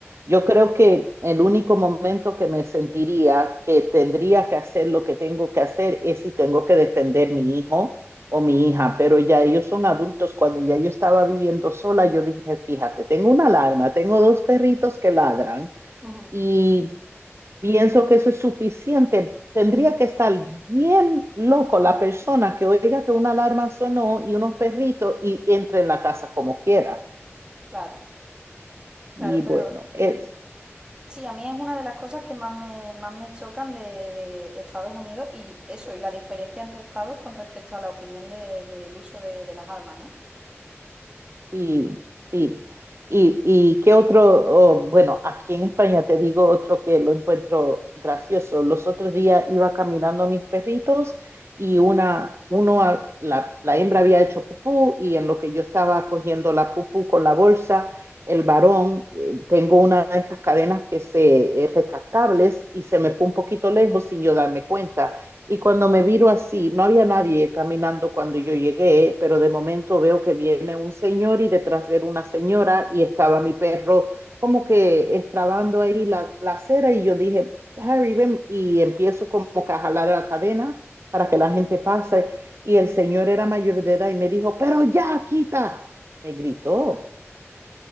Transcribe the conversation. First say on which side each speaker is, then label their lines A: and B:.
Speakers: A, on the right (about 65°); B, on the right (about 20°).
A: Yo creo que el único momento que me sentiría que tendría que hacer lo que tengo que hacer es si tengo que defender mi hijo o mi hija, pero ya ellos son adultos. Cuando ya yo estaba viviendo sola, yo dije, fíjate, tengo una alarma, tengo dos perritos que ladran
B: Ujú.
A: y Pienso que eso es suficiente. Tendría que estar bien loco la persona que oiga que una alarma sonó y unos perritos y entre en la casa como quiera.
B: Claro, claro,
A: Y
B: pero
A: bueno, es,
B: sí, a mí es una de las cosas que más me, más me chocan de, de Estados Unidos y eso, y la diferencia entre estados con respecto a la opinión de- del uso de, de las armas, ¿no?
A: Sí, sí. ¿Y, y qué otro? oh, bueno, aquí en España te digo otro que lo encuentro gracioso. Los otros días iba caminando a mis perritos y una, uno, a- la, la hembra había hecho pupú y en lo que yo estaba cogiendo la pupú con la bolsa, el varón, eh, tengo una de estas cadenas que se, eh, retractables y se me fue un poquito lejos sin yo darme cuenta. Y cuando me viro así, no había nadie caminando cuando yo llegué, pero de momento veo que viene un señor y detrás de él una señora y estaba mi perro como que estrabando ahí la, la acera y yo dije, Harry, ven, y empiezo como que a jalar la cadena para que la gente pase. Y el señor era mayor de edad y me dijo, pero ya, quita, me gritó.